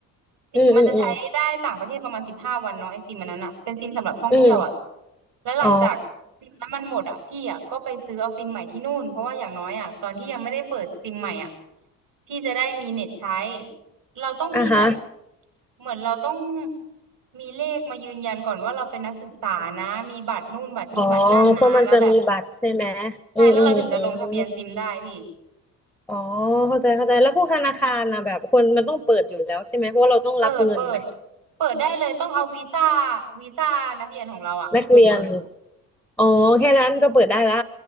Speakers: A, on the right; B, in the centre.
A: สิมันจะใช้ได้ต่างประเทศประมาณสิบห้าวันเนาะไอซิมอันนั้นอะเป็นซิมสำหรับท่องเที่ยวอะ
B: อืมอืมอืมอืม
A: และหลังจากซิมนั้นมันหมดอะพี่อะก็ไปซื้อเอาซิมใหม่ที่นู่นเพราะว่าอย่างน้อยอะตอนที่ยังไม่ได้เปิดซิมใหม่อะ
B: อ๋อ
A: พี่จะได้มีเน็ตใช้ เราต้องมีแบบ
B: อ่ะฮะ
A: เหมือนเราต้องมีเลขมายืนยันก่อนว่าเราเป็นนักศึกษานะมีบัตรนู่นบัตรนี่บัตรนั่นนะแล้วแบบ
B: อ๋อเพราะมันจะมีบัตรใช่ไหม
A: ใช่แล้วเราถึงจะลงทะเบียนซิมได้พี่
B: อืมอืมอืมอ๋อเข้าใจเข้าใจแล้วพวกธนาคารนะแบบคนมันต้องเปิดอยู่แล้วใช่ไหมเพราะว่าเราต้องรับเงินไหม
A: เปิดเปิดเปิดได้เลยต้องเอาวีซ่าวีซ่านักเรียนของเราอะไปเปิด
B: นักเรียนอ๋อแค่นั้นก็เปิดได้ละ